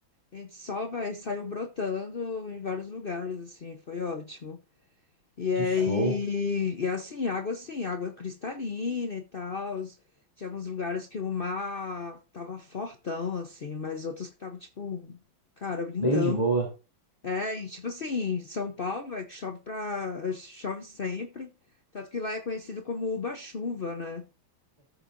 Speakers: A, on the left; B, on the right.
A: a gente só vai, saiu brotando em vários lugares, assim, foi ótimo. E
B: que
A: aí,
B: show.
A: e assim, água assim, água cristalina e tal. Tinha alguns lugares que o mar tava fortão, assim, mas outros que tava, tipo, cara, lindão.
B: Bem de boa.
A: É, e tipo assim, São Paulo, é que chove pra, chove sempre, tanto que lá é conhecido como Uba-chuva, né?